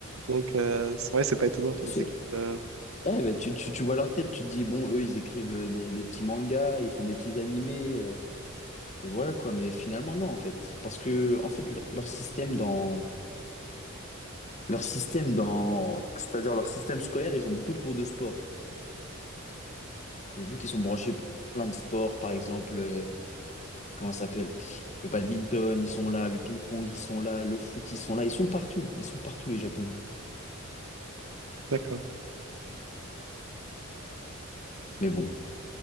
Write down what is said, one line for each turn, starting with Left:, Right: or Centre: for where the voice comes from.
Right: Donc, euh, c'est vrai, c'est pas étonnant que
Left: <laughs> c'est.
Right: les équipes. euh,
Left: Ouais, bah, tu, tu, tu vois leur tête, tu te dis, bon, eux, ils écrivent euh, des, des petits mangas, ils font des petits animés. euh, Et voilà quoi, mais finalement non en fait, parce que en fait le- leur système dans leur système dans c'est-à-dire leur système scolaire, ils ont beaucoup de cours de sport. Et vu qu'ils sont branchés ple- plein de sports, par exemple, euh, comment ça s'appelle? Le badminton, ils sont là, le ping-pong, ils sont là, le foot, ils sont là, ils sont partout, ils sont partout les Japonais.
Right: D'accord.
Left: Mais bon.